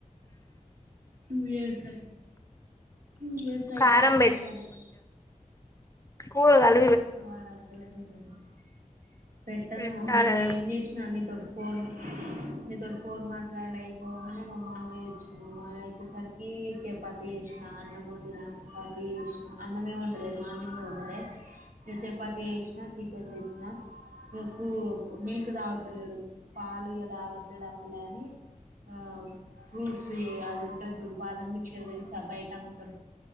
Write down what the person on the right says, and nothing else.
టూ ఇయర్స్ ఆ టూ ఇయర్స్ అయితానికి
ఒస్తనయ్
వాడసలేదినడు అ స పెట్టను
నిన్న ఏం జేష్ణా ని తొటి ఫోన్ నీతోటి ఫోన్ మాట్లాడి అయిపోంగనే మా మామయ్య ఒచ్చిం మా మామయ్య వచ్చేసరికి చపాతి యెష్నా అన్నం ఒండిన కర్రీ యేష్నా అన్నమే వండలే మార్నింగ్దే ఉండే ఇగ చపాతి యెష్నా చికెన్ తెచ్చిన ఇగ ఫ్రూ మిల్క్ తాగతలేడు పాలు ఇ తాగట్లేడు అసలు అని ఆ ఫ్రూట్స్ అది ఉంటు జూడు బాదం మిక్చర్ తెలుసా బయట అమ్ముతరు